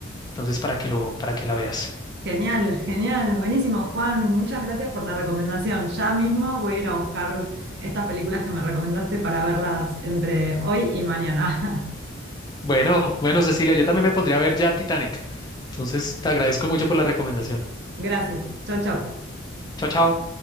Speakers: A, on the left (about 20°); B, on the right (about 55°).
A: Entonces para que lo, para que la veas.
B: Genial, genial, buenísimo, Juan. Muchas gracias por la recomendación. Ya mismo voy a ir a buscar estas películas que me recomendaste para verlas entre hoy y mañana. <laughs>
A: Bueno, bueno, Cecilia, yo también me pondría a ver ya Titanic. Entonces te agradezco mucho por la recomendación.
B: Gracias. Chau, chau.
A: Chao, chao.